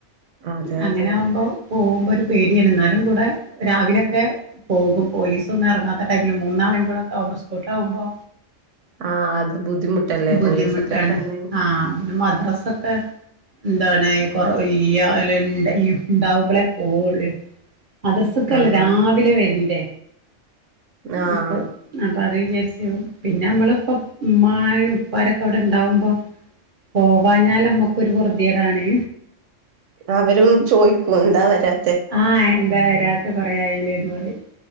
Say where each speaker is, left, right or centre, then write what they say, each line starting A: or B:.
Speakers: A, on the right (about 75°); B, on the right (about 55°).
A: അതെ
B: അങ്ങനെ
A: അതെ
B: ആവുമ്പോ പോകുമ്പോ ഒരു പേടിയാണ് ന്നാലും കൂടെ രാവിലൊക്കെ പോകും. പോലീസ് ഒന്നും എറങ്ങാത്ത ടൈമില് മൂന്നാളും കൂടെക്ക ആകുമ്പ സ്കൂട്ടർ ആകുമ്പോ
A: ആഹ് അത് ബുദ്ധിമുട്ടല്ലേ
B: ബുദ്ധിമുട്ടാണ്
A: പോലീസൊക്കെ കണ്ട് കഴി
B: ആഹ് പിന്നെ മദ്രസൊക്കെ ന്താണ് കൊറ ഈ ആളെ ഈ ണ്ട ണ്ടാവുമ്പളേ പോവള്ളേ. മദ്രസക്കല്ലേ
A: ആഹാ
B: രാവിലെ വര്ണ്ടേ
A: ആഹ്
B: അപ്പൊ അപ്പ അത് വിചാരിച്ച് പിന്നെ നമ്മള് ഇപ്പ ഉമ്മായും ഉപ്പാരൊക്കെ അവടെ ഇണ്ടാവുമ്പോ പോവാഞ്ഞാൽ നമ്മക്കൊരു പൊർതിടാണ്.
A: അവരും ചോയിക്കും എന്താ വരാ
B: ആഹ് എന്താ വരാ കൊറേ ആയിലേന്ന് പറിം